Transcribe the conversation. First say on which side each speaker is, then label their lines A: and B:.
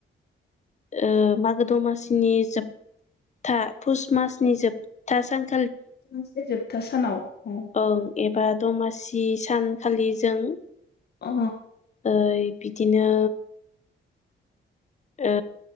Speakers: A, on the left; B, on the left.
A: ओ मागो दमासिनि जोबथा फुस मासनि जोबथा सान
B: <unintelligible> जोबथा सानाव औ।
A: ओं एबा दमासि सानखालि जों।
B: अ।
A: ओइ बिदिनो ओ